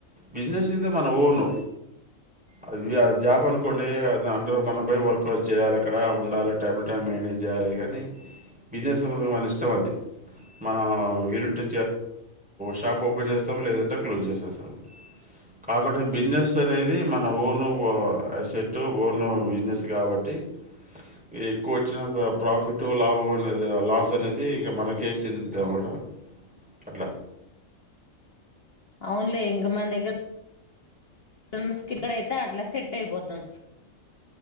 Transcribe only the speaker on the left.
<unintelligible>
<unintelligible>
అవునులే ఇంగ మన దగ్గర ఫెన్స్కి ఇక్కడైతే అట్లా సెట్ అయిపోతుం